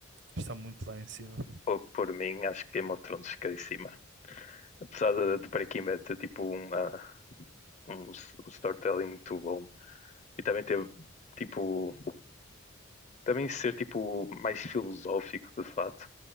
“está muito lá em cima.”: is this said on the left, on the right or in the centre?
Right